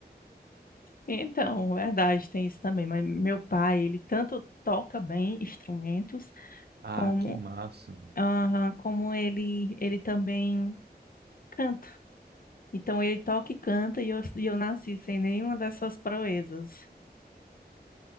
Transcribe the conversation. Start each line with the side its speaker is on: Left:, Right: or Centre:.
Left: então, verdade, tem isso também. Mas meu pai, ele tanto toca bem instrumentos,
Right: Ah,
Left: como,
Right: que massa. mano.
Left: aham, como ele, ele também canta. Então, ele toca e canta, e eu, e eu nasci sem nenhuma dessas proezas.